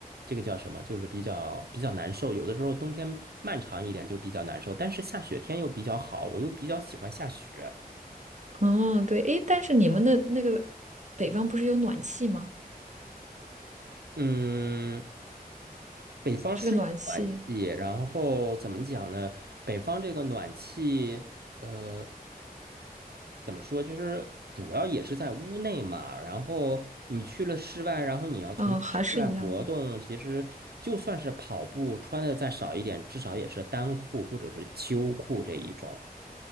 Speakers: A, on the right; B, on the right.
A: 这个叫什么，就是比较比较难受。有的时候冬天漫长一点就比较难受，但是下雪天又比较好，我又比较喜欢下雪。
B: 嗯，对，诶，但是你们的那个北方不是有暖气吗？
A: 嗯，北方是有暖气，
B: 这个暖气，
A: 然后怎么讲呢？北方这个暖气，呃怎么说，就是主要也是在屋内嘛。然后你去了室外，然后你要从事室外活动，
B: 嗯，还是一样。
A: 其实就算是跑步，穿的再少一点，至少也是单裤或者是秋裤这一种，